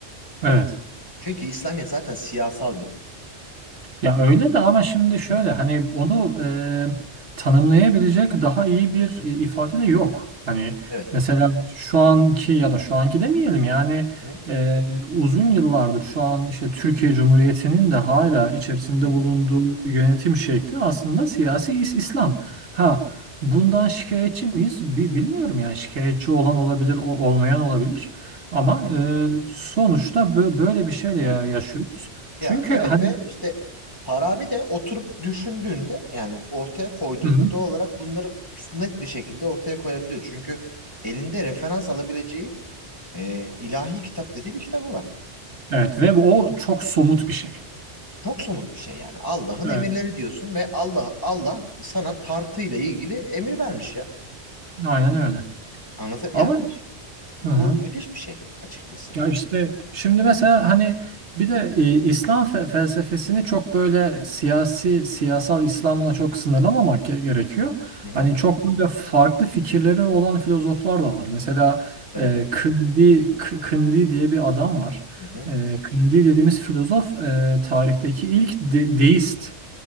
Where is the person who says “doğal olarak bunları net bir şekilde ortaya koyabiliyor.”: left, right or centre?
Left